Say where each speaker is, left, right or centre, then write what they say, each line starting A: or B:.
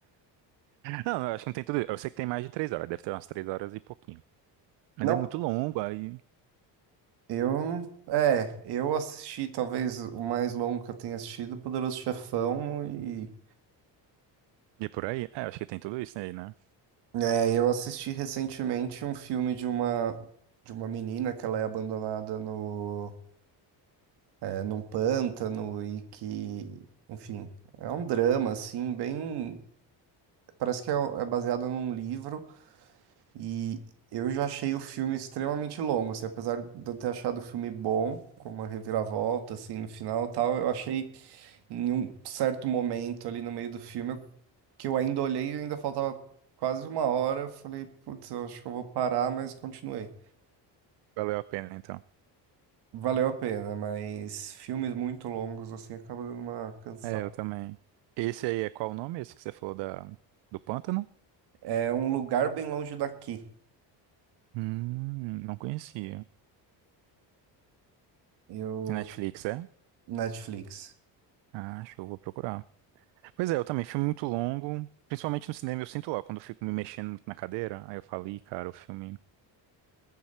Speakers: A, on the right (about 80°); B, on the right (about 65°).
A: Não, eu acho que não tem tudo. Eu sei que tem mais de três horas. Deve ter umas três horas e pouquinho. Mas
B: Não,
A: é muito longo, aí.
B: eu não. É, eu assisti talvez o mais longo que eu tenha assistido, Poderoso Chefão, e
A: E por aí. É, eu acho que tem tudo isso aí, né?
B: é, eu assisti recentemente um filme de uma de uma menina que ela é abandonada no é, num pântano e que, enfim, é um drama assim, bem, parece que é, é baseado num livro. E eu já achei o filme extremamente longo, assim, apesar de eu ter achado o filme bom, com uma reviravolta, assim, no final e tal, eu achei em um certo momento ali no meio do filme eu- que eu ainda olhei e ainda faltava quase uma hora, eu falei, putz, eu acho que eu vou parar, mas continuei.
A: Valeu a pena, então.
B: Valeu a pena, mas filmes muito longos, assim, acaba dando uma cansada.
A: É, eu também. Esse aí é qual o nome? Esse que você falou da... do pântano?
B: É um lugar bem longe daqui,
A: Hum, não conhecia.
B: e o
A: Netflix, é?
B: Netflix.
A: Ah, acho que eu vou procurar. Pois é, eu também, filme muito longo, principalmente no cinema, eu sinto lá, quando eu fico me mexendo muito na cadeira, aí eu falo, ih, cara, o filme